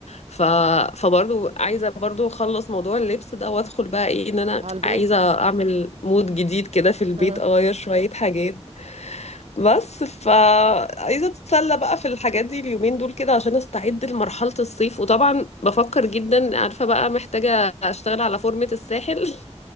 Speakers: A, on the left; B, on the right.
A: ف... فبرضو عايزة برضو اخلص موضوع اللبس ده وادخل بقى ايه ان انا
B: على البيت
A: عايزة اعمل مود جديد كده في البيت
B: <laughs> ها.
A: اغير شوية حاجات بس فعايزة اتسلى بقى في الحاجات دي اليومين دول كده عشان استعد لمرحلة الصيف وطبعا بفكر جدا عارفة بقى محتاجة اشتغل على فورمة الساحل